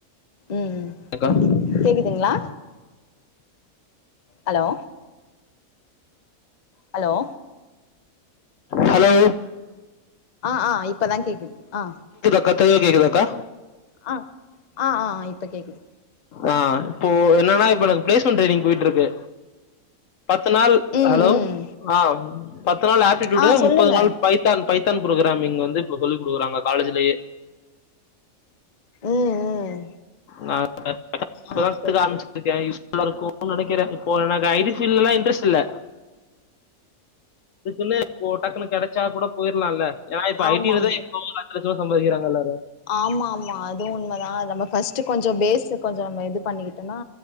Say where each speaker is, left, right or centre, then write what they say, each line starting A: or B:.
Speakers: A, on the left; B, on the left.
A: ம்
B: ஆக்கா
A: ம் கேக்குதுங்ளா ஹலோ ஹலோ
B: ஹலோ
A: ஆ ஆ இப்பதா கேக்குது ஆ
B: கா தெளிவா கேக்குதாக்கா
A: ஆ ஆ ஆ இப்ப கேக்குது
B: ஆ இப்போ என்னன்னா இப்ப எனக்கு பிளேஸ்மெண்ட் ட்ரெய்னிங் போயிட்ருக்கு பத்து நாள்
A: ம்
B: ஹலோ
A: ம்
B: ஆ பத்து நாள் ஆப்டிடியூடு
A: ஆ சொல்லுங்க
B: முப்பது நாள் பைத்தான் பைத்தான் புரோக்ராமிங் வந்து இப்ப சொல்லி குடுக்குறாங்க காலேஜ்லியே
A: ம் ம்
B: நா <inaudible> இப்பதா
A: ஆ ஓகே
B: கத்துக்க
A: ஓகே
B: ஆரமிச்சிருக்கே யூஸ்ஃபுல்லாருக்கு க்குன் நெனைக்கிறே இப்போ எனக்கு ஐ டி ஃபீல்ட் லா இன்ட்ரெஸ்ட் இல்ல அதுக்குன்னு இப்போ டக்குனு கெடச்சா கூட போயிறலா இல்ல ஏனா இப்ப
A: ஆமாமா
B: ஐ டிலதா எங்க ஊருல லட்ச லட்சமா சம்பாரிக்றாங்க எல்லாரு
A: ஆமா ஆமா அதுவு உண்மதா நம்ம ஃபஸ்ட்டு கொஞ்சோ பேஷூ கொஞ்சோ நம்ம இது பண்ணிக்கிட்டனா